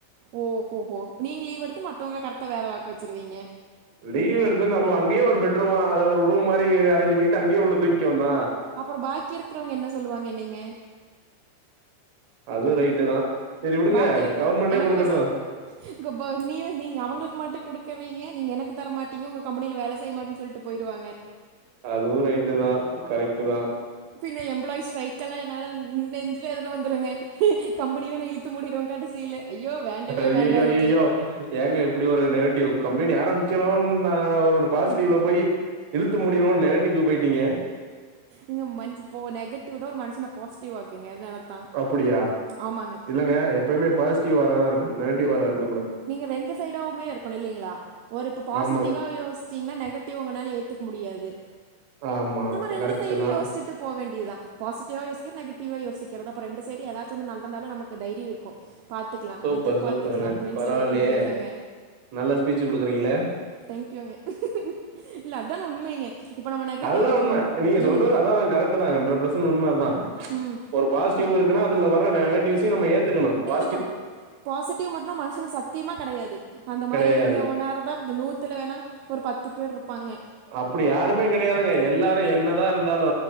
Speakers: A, on the right; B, on the right.
A: ஓ ஓஹோ நீங்க லீவ்வெடுத்து மத்தவங்கள கரெக்டா வேல பாக்க வச்சுருவீங்க
B: லீவு எடுத்து நம்ம அங்கேயே ஒரு பெட்ரூம் அ அதாவ ஒரு ரூம் மாறி அரேஞ்சு பண்ணிட்டு அங்கேயே உள்ள தூங்க்கவேண்ட்தா
A: அப்றோ பாக்கி இருக்கறவங்க என்ன சொல்லுவாங்க என்னயங்க
B: அதுவு ரைட்டு தா சேரி விடுங்க
A: பாக்கி இருக்கிற
B: கவர்மெண்டே
A: எனக்கு
B: குடுக்கட்டு
A: ஃபர்ஸ்ட் இங்க ப நீ நீ அவங்களுக்கு மட்டு குடுக்க வைங்க நீங்க எனக்கு தர மாட்டீங்க உங்க கம்பெனியில வேல செய்ய மாட்டேனு சொல்லிட் போய்றுவாங்க
B: அதுவு ரைட்டு தா கரெக்டு தா
A: பின்ன எம்ப்ளாயிஸ் ரைக் எல்லா என்னால நெஞ்ச எதன வந்துருங்க கம்பெனிவே நா இழுத் மூடிறுவோ கடைசியில ஐயோ வேண்டவே
B: ஐயையோ
A: வேண்டான்டு
B: ஐயையோ ஏங்க இப்டி ஒரு நெகட்டிவ் கம்பெனி ஆரம்பிச்சிடுவோனு நா ஒரு பாசிட்டிவ்ல போயி இழுத்து மூடிறுவோம் நெகட்டிவ்க்கு போயிட்டீங்க
A: இங்க மனச் நெகட்டிவ் தான் ஒரு மனுஷன பாசிட்டிவ் வாக்குங்க அதனால தான்
B: அப்டியா
A: ஆமாங்க.
B: இல்லைங்க எப்பயுமே பாசிட்டிவ் வாராதான் இருக்கணும் நெகட்டிவ் வாரா இருக்க கூடாது
A: நீங்க ரெண்டு சைடாவுமே இருக்கணும் இல்லைங்களா ஒரு இப்ப பாசிட்டிவா
B: ஆமா
A: யோசி சிங்கனா நெகட்டிவ் உங்கனால ஏத்துக்க முடியாது
B: ஆமா
A: நம்ம ரெண்டு
B: கரெக்ட்டு
A: சைடும்
B: தான்
A: யோசிச்சுட் ட்டு போ வேண்டியதான் பாசிட்டிவா யோசிக்கிற நெகட்டிவா யோசிக்கிறது அப்ப ரெண்டு சரி ஏதாச்சு நடந்தாலும் நமக்கு தைரியம் இருக்கும் பாத்துக்கலாம்
B: சூப்பர்
A: எதிர்பாத்துக்கலாம்
B: சூப்பருங்க
A: அப்டின்னு
B: பரவாயில்லயே
A: சொல்லியிருக்கோம் இல்லைங்களாங்க
B: நல்லா ஸ்பீச்சு குடுக்குறீங்களே
A: தேங்க்யூங்க இல்ல அதான் உண்மைங்க இப்ப நம்ம நெகட்டிவ்
B: அதுதான்
A: இப்ப
B: உண்ம நீங்க சொல்றது
A: ம்
B: அதான் கரெக்ட்டு தான் ஹண்ட்ரட் பெர்சன்ட் உண்ம அதான்
A: ம்
B: ஒரு பாசிட்டிவ் இருக்குனா அதுல வர நெகட்டிவ்ஸ்சயும் நம்ம ஏத்துக்கணும் பா
A: க்கணும் பாசிட்டிவ் மட்டும் தான் மனுஷனுக்கு சத்தியமா கெடையாது அந்த மாதிரி
B: கெடையாது
A: இருந்தவ நேரான் நூத்துல வேணா ஒரு பத்து பேர் இருப்பாங்க
B: அப்டி யாருமே கெடையாதுங்க எல்லாரும் என்னதா இருந்தாலு